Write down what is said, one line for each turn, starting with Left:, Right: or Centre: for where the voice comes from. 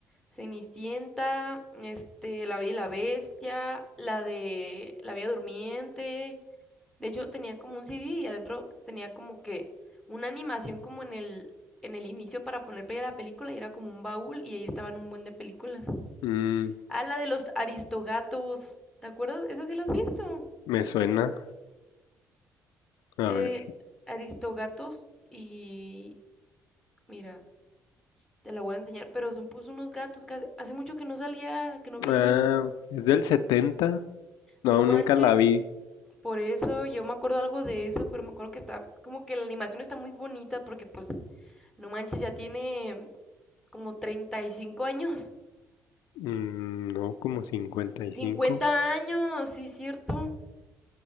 Centre: Cenicienta, este, La Bella y la Bestia, la de La Bella Durmiente. De hecho, tenía como un CD y adentro tenía como que una animación como en el, en el inicio para poner play a la película y era como un baúl y ahí estaban un buen de películas.
Left: Mm,
Centre: Ah, la de los Aristogatos. ¿Te acuerdas? Esa sí la has visto.
Left: me suena. A
Centre: Eh,
Left: ver.
Centre: Aristogatos y... Mira, te la voy a enseñar, pero son pues unos gatos que hace, hace mucho que no salía, que no vi
Left: Ah,
Centre: eso.
Left: es del setenta No,
Centre: No manches,
Left: nunca la vi.
Centre: Por eso yo me acuerdo algo de eso, pero me acuerdo que está, como que la animación está muy bonita porque pues, no manches, ya tiene como 35 años,
Left: Mm, no, como cincuenta y
Centre: 50
Left: cinco
Centre: años, sí, cierto,